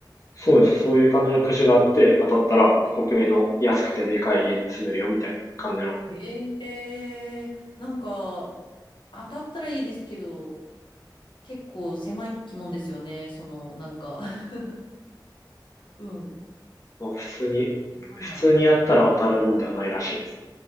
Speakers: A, on the left; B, on the left.
A: そうです。そういう感じのくじがあって、当たったら国営の安くてでかい家に住めるよみたいな感じの。
B: い。ええなんか、当たったらいいですけど、結構狭い気もんですよね。その、なんか <laughs> うん。
A: まあ普通に、
B: すごいな。
A: 普通にやったら当たるもんではないらしいです。